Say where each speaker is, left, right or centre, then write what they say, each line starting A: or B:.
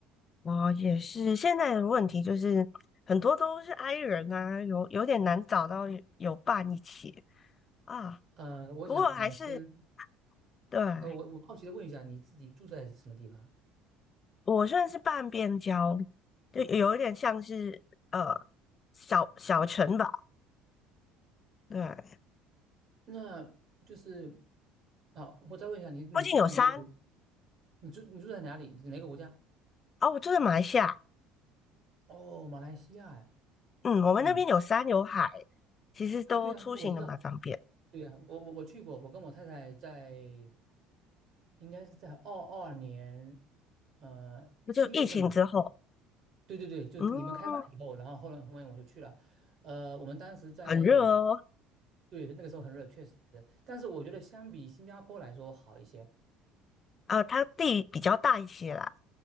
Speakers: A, on the left; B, on the right.
A: 我也是，现在的问题就是很多都是 i 人啊，有有点难找到有伴一起啊。
B: 呃，我想先。
A: 不过还是对
B: 呃，我我好奇的问一下，你自己住在什么地方？
A: 我算是半边郊，就有一点像是呃小小城堡。对，
B: 那就是啊，我再问一下你，你住在哪个国？
A: 附近有山
B: 你住你住在哪里？哪个国家？
A: 哦，我住在马来西亚，
B: 哦，马来西亚呀。
A: 嗯，我们那边有山有海，
B: 嗯，
A: 其实都出行的蛮方便。
B: 啊，对呀，我知道。对呀，我我我去过，我跟我太太在应该是在二二年呃七月份的时候，
A: 就疫情之后，
B: 对对对，就你们开放了以后，
A: 嗯，
B: 然后后来后面我就去了。呃，我们当时在
A: 很热哦，
B: 对那个时候很热，确实，但是我觉得相比新加坡来说好一些。
A: 啊、它地比较大一些啦，